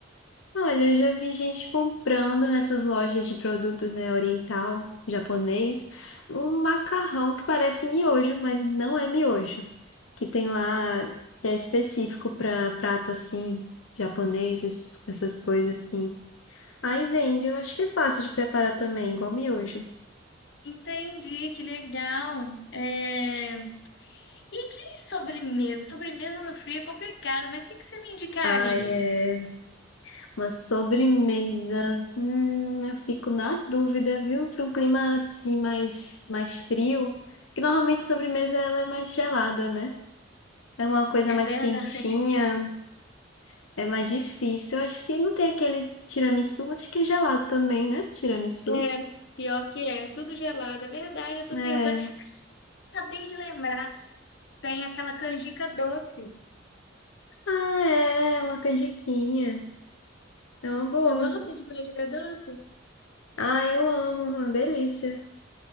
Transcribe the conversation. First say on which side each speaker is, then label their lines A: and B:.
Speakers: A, on the left; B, on the left.
A: Olha, eu já vi gente comprando nessas lojas de produtos né, oriental, japonês, um macarrão que parece miojo, mas não é miojo. Que tem lá, que é específico para prato assim, japonês, esses- essas coisas assim. Aí vende, eu acho que é fácil de preparar também, igual miojo.
B: Entendi, que legal. É, E de sobremesa? Sobremesa no frio é complicado, mas o que que você me indicaria?
A: Ai, é uma sobremesa. Hum, eu fico na dúvida, viu? Para um clima assim mais, mais frio, que normalmente sobremesa ela é mais gelada, né? É uma coisa
B: É
A: mais
B: verdade.
A: quentinha,
B: <laughs>
A: é mais difícil. Eu acho que não tem aquele tiramisu, acho que é gelado também, né? Tiramisu.
B: É, pior que é, tudo gelado. É verdade, eu tô
A: É.
B: tentando. Acabei de lembrar, tem aquela canjica doce.
A: Ah, é, é uma canjiquinha. É uma boa.
B: Você gosta de canjica doce?
A: Ah, eu amo, é uma delícia.